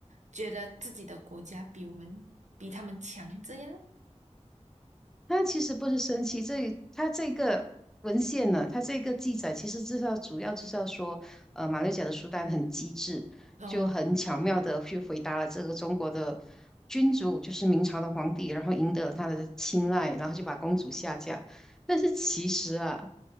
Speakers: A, on the right; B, in the centre.
A: 觉得自己的国家比我们比他们强这样。
B: 那其实不是生气，这他这个文献呢，他这个记载其实至少主要就是要说，呃，马六甲的苏丹很机智，
A: 哦，
B: 就很巧妙的去回答了这个中国的君主，就是明朝的皇帝，然后赢得了他的青睐，然后就把公主下嫁。但是其实啊，